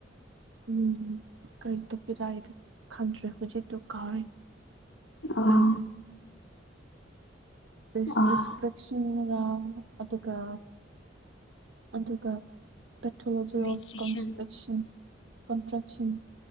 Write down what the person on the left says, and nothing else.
ꯑꯣ
ꯑꯣ ꯑꯣ
ꯔꯤꯁꯇ꯭ꯔꯤꯛꯁꯟ